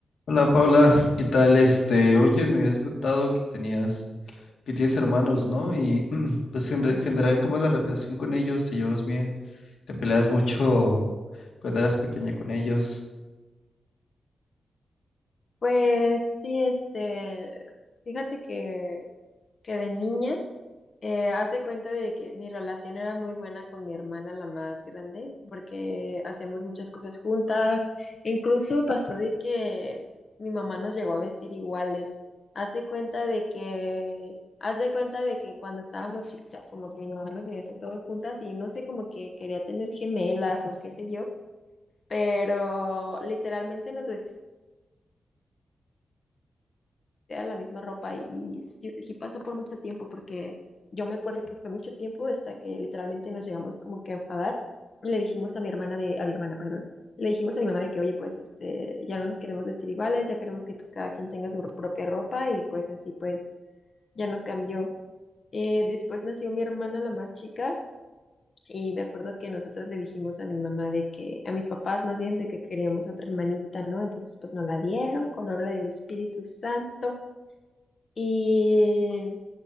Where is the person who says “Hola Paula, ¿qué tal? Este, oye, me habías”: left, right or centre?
Left